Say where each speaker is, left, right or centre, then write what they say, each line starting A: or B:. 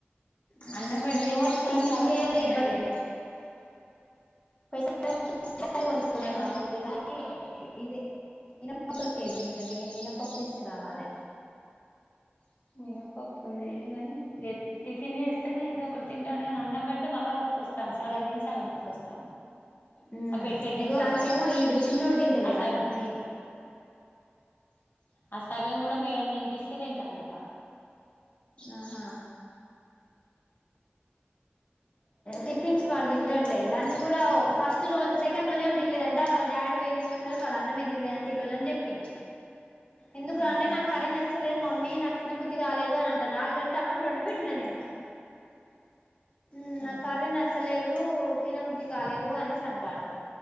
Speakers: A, on the left; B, on the left.
A: అ
B: అన్నం
A: ఆ
B: పెడితే
A: ఇంగో
B: ఏం చేస్తాండు
A: టిఫిన్
B: సగం
A: కె
B: కూడా తినట్లే
A: ఇబ్బంది పైస <inaudible>
B: సగం
A: ఆరోగ్యగాని ఇదే మినపప్పు లేదు మి ఇంట్లో మేము మినపప్పు తీసుకురావాలి.
B: మినపప్ప ఎయ్యం గాని ఎ టిఫిన్ చేస్తేనే ఏదో ఒకటి తింటాను కానీ అన్నం పెడితే మళ్ళా పట్టుకొస్తాను. సగం తిని సగం పట్టుకొస్తాను.
A: ఉమ్
B: ఆ పెట్టే గింత
A: ఇగో నాకేమో
B: అంతలా
A: ఈడు చిన్నోడు తింటలే
B: ఆ సగం
A: అన్నం మెయిన్
B: ఆ సగం కూడా మేడం తినిపిస్తే తింటాన్నడట
A: ఆహా టిఫిన్స్ వాడు తింటాడు లే లంచ్ కూడా ఫస్ట్ రోజు, సెకండ్ రోజు ఏమో తినలేదంట వాళ్ళ డాడీ పోయ్ తీసుకొచ్చ వాడు అన్నమె తినలేదంట ఈరోజుని చెప్పిండు. ఎందుకు
B: ఆహా
A: అంటే నాకు కర్రీ నచ్చలేదు మమ్మీ నాకు తినబుద్ధి కాలేదు అనం నాలుగు ఐదు టమాటో వండి పెట్టినా నేను మ్
B: ఆ
A: నాకు కర్రీ నచ్చలేదు. దు తిన బుద్ధి కాలేదు అనేసి అంటండు